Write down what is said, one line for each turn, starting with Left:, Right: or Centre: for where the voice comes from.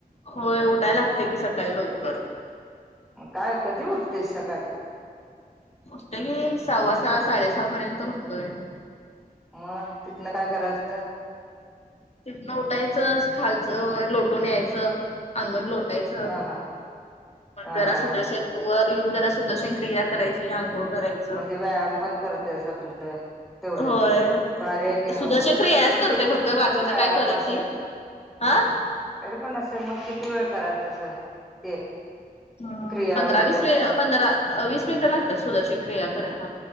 Left: होय उठाय लागते की सकाळी लवकर.
Centre: म काय कधी उठतीस सकाळी?
Left: उटते की सव्वा सहा साडेसहा पर्यंत उटतोय.
Centre: म तिथन काय करायचं?
Left: तिथन उटायचं खालचं वगैरे लोटून यायचं अंगण लोटायचं,
Centre: हा हा हा
Left: घरा
Centre: हा हा
Left: सुदर्शन वर येऊन जरा सुदर्शन क्रिया करायची आंघोळ करायची
Centre: म्हणजे व्यायाम पण करते स आपल तेवढंच,
Left: होय
Centre: भारी हाय कि
Left: सुदर्शन
Centre: म उलट
Left: क्रियाच
Centre: <unintelligible>
Left: करते फक्त बाकीच
Centre: व्यायाम
Left: काय करत
Centre: अस?
Left: नाही हा.
Centre: तरी पण असं मग किती वेळ करायचं असं ते?
Left: पंधरा
Centre: क्रिया वगैरे
Left: वीस
Centre: असं
Left: पंधरा वीस मिनट लागतात सुदर्शन क्रिया करायला.